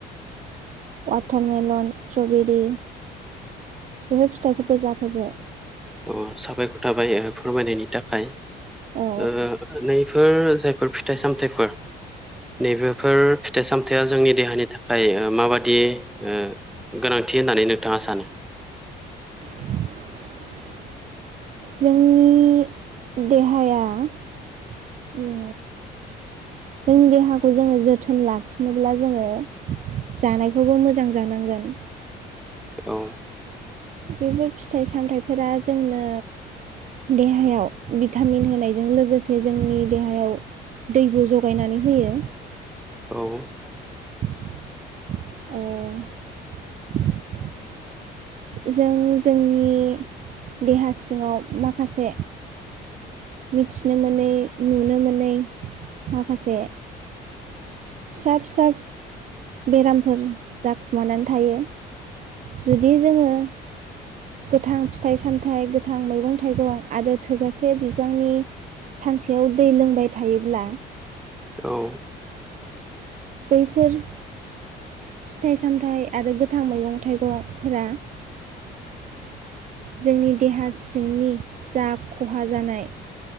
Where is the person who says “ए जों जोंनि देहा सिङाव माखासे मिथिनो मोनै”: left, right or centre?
Right